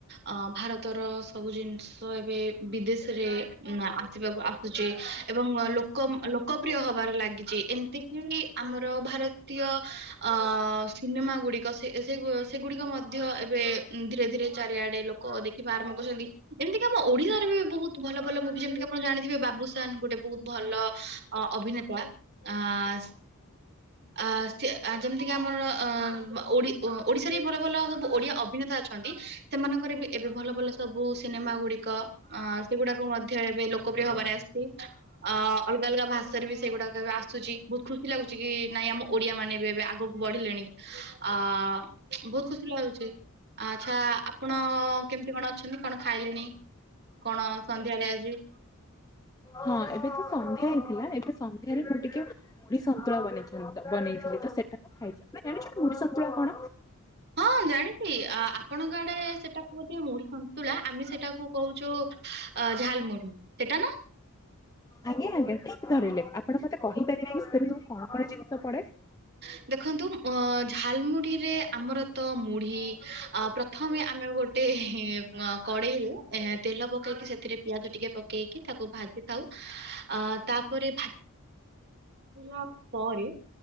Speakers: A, on the right (about 50°); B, on the left (about 15°).
A: ଅ, ଭାରତର ସବୁ ଜିନିଷ ଏବେ ବିଦେଶରେ ଉଁ, ଆସିବାକୁ ଆସୁଚି। ଏବଂ ଲୋକ ଲୋକପ୍ରିୟ ହବାର ଲାଗିଚି। ଏମତି କିି ଆମର ଭାରତ ତୀୟ ଅ ସିନେମା ଗୁଡ଼ିକ ଏ, ସେ ସେ, ଗୁ, ସେ ସେଗୁଡ଼ିକ ମଧ୍ୟ ଏବେ ଧୀରେ ଧୀରେ ଚାରିଆଡ଼େ ଲୋକ ଦେଖି ବା ଆରମ୍ଭ କରୁଛନ୍ତି ଏମିତି କାମ ଓଡ଼ିଆରେ ବି ବହୁତ ଭଲ ଭଲ ମୁଭି ଯେମିତି ଆପଣ ଜାଣିଥିବେ ବା ବାବୁସାନ୍ ଗୋଟେ ବହୁତ ଭଲ ଅଭିନେତା ଆ ସ ଆ ସିଏ ଯେମିତିକା ଆମର ଅ ଓଡ଼ି ଓଡିଶାରେ ବି ଭଲ ଭଲ ସବୁ ଓଡିଆ ଅଭିନେତା ଅଛନ୍ତି। ସେମାନଙ୍କର ବି ଏବେ ଭଲ ଭଲ ସବୁ ସିନେମା ଗୁଡ଼ିକ ଆ ସେଗୁଡାକୁ ମଧ୍ୟ ଏବେ ଲୋକପ୍ରିୟ ହବାରେ ଆସିଚି। ଆ ଅଲଗା ଅଲଗା ଭାଷାରେ ବି ସେଇଗୁଡାକ ଏବେ ଆସୁଚି ବହୁତ ଖୁସି ଲାଗୁଚି କି ନାଇଁ ଆମ ଓଡିଆ ମାନେ ବି ଏବେ ଆଗକୁ ବଢିଲେଣି ଆ ବହୁତ ଖୁସି ଲାଗୁଚି। ଆଚ୍ଛା ଆପଣ କେମିତି କଣ ଅଛନ୍ତି କଣ ଖାଇଲେଣି? କଣ ସନ୍ଧ୍ୟାରେ ଆଜିି?
B: ହଁ ଏବେ ତ ସନ୍ଧ୍ୟା ହେଇଥିଲା ଏବେ ସନ୍ଧ୍ୟାରେ ମୁଁ ଟିକେ ମୁଢି ସନ୍ତୁଳା ବନେଇ ଥନ୍ତା ବନେଇଥିଲି। ସେଟା କୁ ଖାଇଛି, ଆପଣ ଜାଣିଛନ୍ତି ମୁଢ଼ି ସନ୍ତୁଳା କଣ?
A: ହଁ ଜାଣିଛିି ଆପଣଙ୍କ ଆଡେ ସେଟାକୁ କୁହନ୍ତି ମୁଢ଼ି ସନ୍ତୁଳା ଆମେ ସେଟାକୁ କହୁଛୁ ହା ଝାଲମୁଢ଼ି ସେଟା ନା?
B: ଆଜ୍ଞା ଆଜ୍ଞା ଠିକ୍ ଧରିଲେ ଆପଣ ମତେ କହିପାରିବେ କି ସେଥିରେ ସବୁ କଣ କଣ ଜିନିଷ ପଡ଼େ?
A: <unintelligible> ଦେଖନ୍ତୁ ଅ ଝାଲମୁଢିରେ ଆମର ତ ମୁଢି ହା ପ୍ରଥମେ ଆମେ ଗୋଟେ ଏ ହେଃ କଡେଇରେ ଆଁ ତେଲ ପକେଇକି ସେଥିରେ ପିଆଜ ଟିକେ ପକେଇକି ତାକୁ ଭାଜି ଥାଉ। ହା ଆ ତା ପରେ ଭା ଭାଜିଲା ପରେ